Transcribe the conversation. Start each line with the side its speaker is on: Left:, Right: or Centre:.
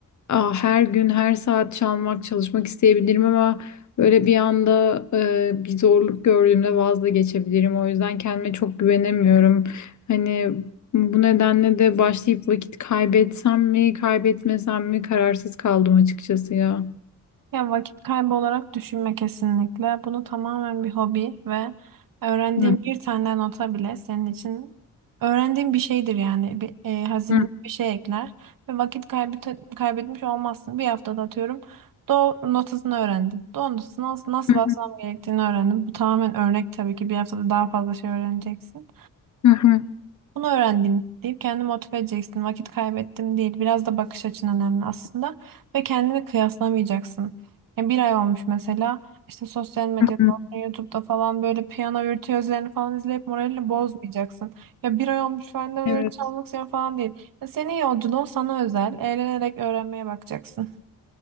Left: aa, her gün her saat çalmak çalışmak isteyebilirim ama böyle bir anda e, bir zorluk gördüğümde vazgeçebilirim o yüzden kendime çok güvenemiyorum hani bu nedenle de başlayıp vakit kaybetsem mi kaybetmesem mi kararsız kaldım açıkçası ya.
Right: Ya vakit kaybı olarak düşünme kesinlikle. Bunu tamamen bir hobi ve öğrendiğin
Left: Hı
Right: bir tane nota bile senin için öğrendiğin bir şeydir yani. Bir, e, hazine
Left: hı
Right: bir şey ekler ve vakit kaybı kaybetmiş olmazsın. Bir haftada atıyorum do notasını öğrendim. Do notasını nasıl, nasıl
Left: hı
Right: basmam gerektiğini öğrendim. Bu tamamen örnek tabii ki bir haftada daha fazla şey öğreneceksin.
Left: hı
Right: Bunu öğrendim deyip kendini motive edeceksin. Vakit kaybettim değil. Biraz da bakış açın önemli aslında. Ve kendini kıyaslamayacaksın. Ya bir ay olmuş mesela. işte sosyal medyada
Left: hı hı.
Right: olsun, YouTube'da falan böyle piyano virtüözlerini falan izleyip moralini bozmayacaksın. Ya bir ay olmuş ben de böyle
Left: Evet,
Right: çalmak istiyorum falan değil. Ya senin yolculuğun sana özel. Eğlenerek öğrenmeye bakacaksın.